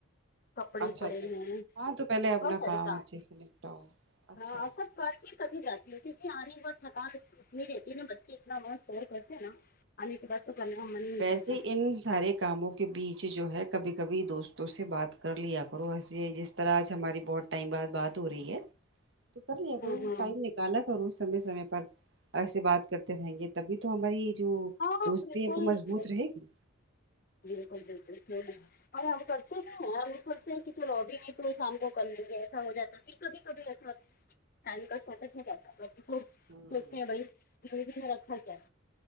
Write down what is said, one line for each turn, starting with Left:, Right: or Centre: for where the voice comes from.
Left: کپڑے
Right: اچھا
Left: پڑے
Right: اچھا
Left: ہے
Right: ہاں تو پہلے اپنا
Left: بہت سارے کام
Right: اچھے سے نپٹاؤ اچھا
Left: ہے کر کے کبھی جاتی ہے کیونکہ آنے بعد تھکان اتنی رہتی ہے نا بچے اتنا وہاں شور کرتے ہیں نا آنے کے بعد تو کرنے کا من ہی نہیں
Right: ویسے
Left: کرتا
Right: ان سارے کاموں کے بیچ جو ہے کبھی کبھی دوستوں سے بات کر لیا کرو ایسے جیسے اور آج ہماری بہت ٹائم بعد بات ہو رہی ہے توہ کر لیا کرو
Left: ہاں
Right: ٹائم نیک کالا کرو سمے سمے پر ایسے بات کرتے رہیں گے تبھی تو ہماری جو
Left: ہاں ہاں
Right: دوستی
Left: بالکل
Right: ہے تو مضبوط رہے گی
Left: بالکل بالکل صحیح فرما اور ہم کرتے بھی ہیں ہم سوچتے ہیں کہ چلو ابھی بھی تو شام کو کر لیں گے ایسا ہو جاتا پھر کبھی کبھی ایسا ٹائم کا شارٹڈ ہو جاتا ہے ہم لوگو کو
Right: ہوں
Left: بھائی میں رکھا کیا